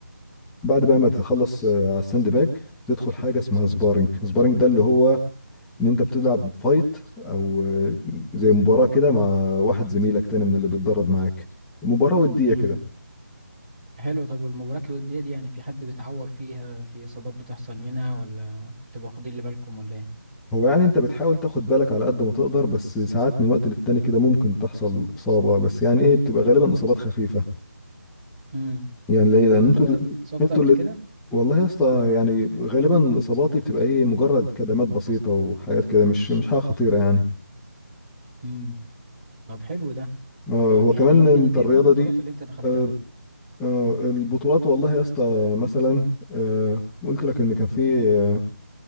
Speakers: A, in the centre; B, on the right (about 25°).
A: بعد بقى ما تخلص آه، على الساند باج تدخل حاجه اسمها سبارنج سبارنج ده اللي هو ان انت بتلعب فايت او آه، زي مباراه كده مع واحد زميلك تاني من اللي بيتدرب معاك مباراه وديه
B: امم
A: كده
B: حلو طب والمباريات الودية دي يعني في حد بيتعور فيها في اصابات بتحصل منها ولا بتبقوا واخدين اللي بالكم ولا ايه
A: هو يعني انت بتحاول تاخد بالك على قد ما تقدر بس ساعات من وقت للتاني كده ممكن تحصل اصابه بس يعني ايه بتبقى غالبا اصابات خفيفه
B: امم
A: يعني ليه لان
B: طب انت
A: انتوا
B: اتصبت
A: الاتنين- انتوا
B: قبل
A: اللي
B: كده
A: والله يا اسطى يعني غالبا اصاباتي بتبقى ايه مجرد كدمات بسيطه وحاجات كده مش مش حاجه خطيره يعني
B: امم طب حلو ده
A: آه،
B: طب
A: هو
B: يعني
A: كمان انت
B: ايه ال- إيه
A: الرياضة
B: البطولات
A: دي
B: اللي انت دخلتها
A: آه، آه، البطولات والله يا اسطى مثلا آه، قلت لك ان كان في آه،